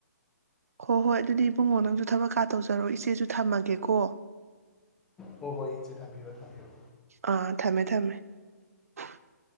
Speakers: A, on the right (about 60°); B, in the centre.
A: ꯍꯣ ꯍꯣꯏ ꯑꯗꯨꯗꯤ ꯏꯕꯨꯡꯉꯣ ꯅꯪꯁꯨ ꯊꯕꯛ ꯀꯥ ꯇꯧꯖꯔꯣ ꯏꯆꯦꯁꯨ ꯊꯝꯃꯒꯦꯀꯣ
B: ꯍꯣ ꯍꯣꯏ ꯏꯆꯦ ꯊꯝꯕꯤꯔꯣ ꯊꯝꯕꯤꯔꯣ꯫
A: ꯑꯥ ꯊꯝꯃꯦ ꯊꯝꯃꯦ <unintelligible>